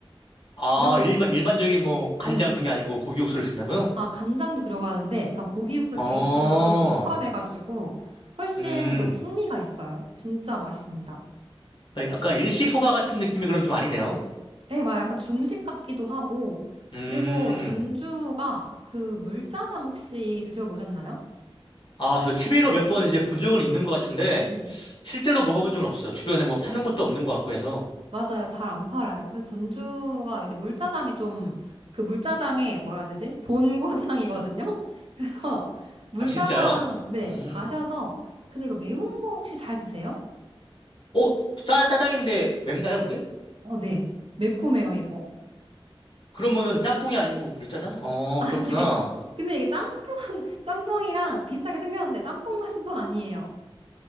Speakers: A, on the left; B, on the right.
A: 아,
B: 그래가지고
A: 일반, 일반적인 뭐 간장
B: 네.
A: 그게 아니고 고기 육수를 쓴다고요?
B: 아, 간장도 들어가는데 약간 고기 육수
A: 어,
B: 베이스가 좀 추가돼가지고 훨씬
A: 음,
B: 또 풍미가 있어요. 진짜 맛있습니다.
A: 아, 약간 일식 소바 같은 느낌이 그럼 좀 아니네요?
B: 네, 막 약간 중식 같기도 하고.
A: 음,
B: 그리고 전주가 그 물짜장 혹시 드셔보셨나요?
A: 아, 저 TV로 몇 번 이제 본 적은 있는 것 같은데
B: 네.
A: 실제로 먹어본 적은 없어요. 주변에 뭐 파는 곳도 없는 것 같고 해서.
B: 맞아요. 잘 안 팔아요. 그래서 전주가 이제 물짜장이 좀, 그 물짜장의 뭐라 해야 되지? 본고장이거든요? <laughs> 그래서 물짜장,
A: 아, 진짜요?
B: 네,
A: 음,
B: 가셔서, 근데 이거 매운 거 혹시 잘 드세요?
A: 어, 짜, 짜장인데 맵나요, 그게?
B: 어, 네. 매콤해요, 이거.
A: 그러면은 짬뽕이 아니고 물짜장? 어,
B: <laughs>
A: 그렇구나.
B: 네. 근데 이게 짬뽕, <laughs> 짬뽕이랑 비슷하게 생겼는데 짬뽕 맛은 또 아니에요.